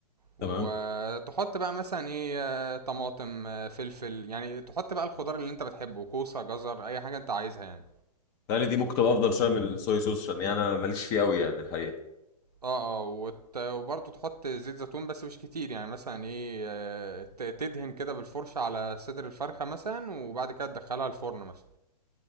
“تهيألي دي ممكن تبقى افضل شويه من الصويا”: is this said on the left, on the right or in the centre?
Left